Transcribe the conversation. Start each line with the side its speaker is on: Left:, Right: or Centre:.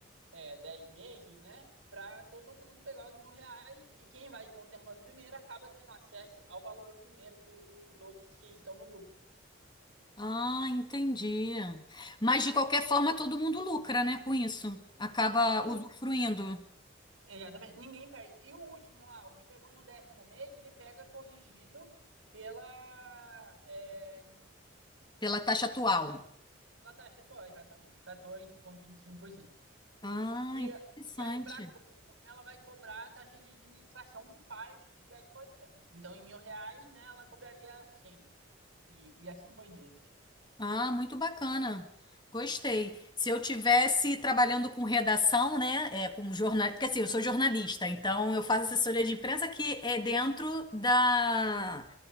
Right: é, 10 meses, né? Para todo mundo pegar os mil reais e quem vai contemplando primeiro acaba tendo acesso ao valor primeiro que os outros que estão no grupo.
Left: Ah, entendi. Mas de qualquer forma, todo mundo lucra, né, com isso. Acaba
Right: Ni-
Left: usufruindo
Right: Exatamente, ninguém perde. E o último lá, o que pegou no décimo mês, ele pega corrigido pela, é,
Left: pela taxa atual.
Right: pela taxa atual, exatamente, quatorze vírgula vinte E, cinco por cento.
Left: Ah,
Right: e
Left: interessante.
Right: e a Embracon, ela vai cobrar a taxa de administração que parte de 10%. Então, em mil reais, né, ela cobraria 100 e, e assim por diante.
Left: Ah, muito bacana. Gostei. Se eu tivesse trabalhando com redação, né, é, com jornal, porque assim, eu sou jornalista, então eu faço assessoria de imprensa que é dentro da